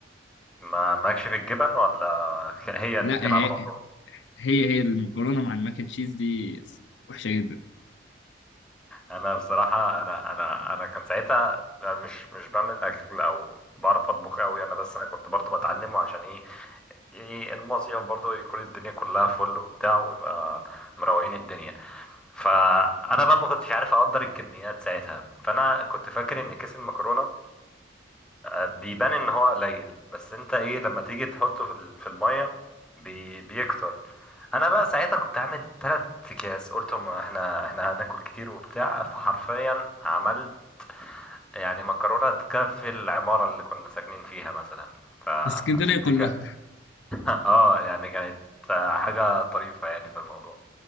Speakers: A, in the centre; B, on the left (about 70°).
A: ما ماكش في الجبن ولا هي
B: لا
A: الاتنين على
B: هي
A: بعضهم
B: هي هي المكرونه مع الماك أند تشيز دي وحشه جدا
A: انا بصراحه انا انا انا كان ساعتها أنا مش مش بعمل اكل او بعرف اطبخ قوي انا بس انا كنت برضو بتعلمه عشان ايه ايه المصيف برضو يكون الدنيا كلها فل وبتاع ويبقى مروقين الدنيا فانا بقى ما كنتش عارف اقدر الكميات ساعتها فانا كنت فاكر ان كيس المكرونه بيبان ان هو قليل بس انت ايه لما تيجي تحطه في ال- في الميه بي بيكتر انا بقى ساعتها كنت عامل تلات اكياس قلت ما احنا احنا هناكل كتير وبتاع فحرفيا عملت يعني مكرونه تكفي العماره اللي كنا ساكنين فيها مثلا فدي
B: في اسكندريه كلها
A: كانت <laughs> اه يعني كانت حاجه طريفه يعني في الموضوع